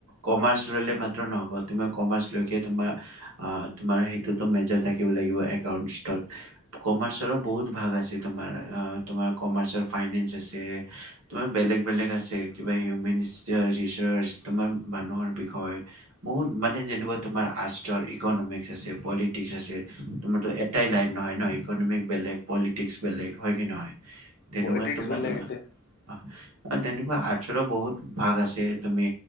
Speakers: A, on the right; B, on the left.
A: কমাৰ্চ ল'লে ম নহ'ব তোমাৰ কমাৰ্চ লৈকে তোমাৰ তোমাৰ সেইটোতো মেজাৰ থাকিব লাগিব একাউণ্ট কমাৰ্চৰো বহুত ভাগ আছে তোমাৰ অ তোমাৰ কমাৰ্চৰ ফাইনেন্স আছে তোমাৰ বেলেগ বেলেগ আছে কিবা হিউমেন ৰিচাৰ্চ তোমাৰ মানুহৰ বিষয়ে বহুত মানে যেনেকুৱা তোমাৰ শাস্ত্ৰ ইকনমিক্স আছে পলিটিকস আছে তোমাৰো এটাই লাইন নহয় ন ইকনমিক বেলেগ পলিটিক্স বেলেগ হয়, কি নহয়? তেনেকুৱা
B: পলিটিক্স
A: তোমাৰ
B: বেলেগ
A: অ'
B: এতিয়া
A: অ তেনেকুৱা আৰ্টচৰো বহুত ভাগ আছে তুমি